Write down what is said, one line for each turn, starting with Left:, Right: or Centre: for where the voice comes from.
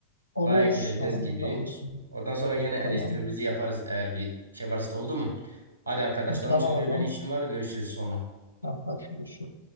Left: Olur.
Right: Baya güleceğiz
Left: Alemin
Right: gibi.
Left: kralı olsun.
Right: Oradan sonra yine eleştirimizi
Left: Tamam.
Right: yaparız eğer bir şey varsa da, oldu mu? Hadi arkadaşlarım
Left: Tamam
Right: çağırıyor.
Left: o zaman.
Right: Benim işim var. Görüşürüz sonra.
Left: Tamam, hadi görüşürüz.